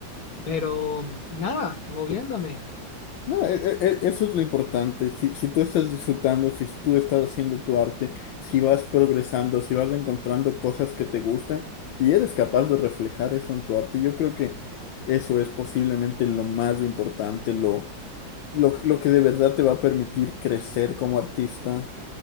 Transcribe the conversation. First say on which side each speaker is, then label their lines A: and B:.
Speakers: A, on the left; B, on the left.
A: pero nada, moviéndome.
B: No, e- e- e- eso es lo importante. Si, si tú estás disfrutando, si tú estás haciendo tu arte, si vas progresando, si vas encontrando cosas que te gustan y eres capaz de reflejar eso en tu arte, yo creo que eso es posiblemente lo más importante, lo lo, lo que de verdad te va a permitir crecer como artista.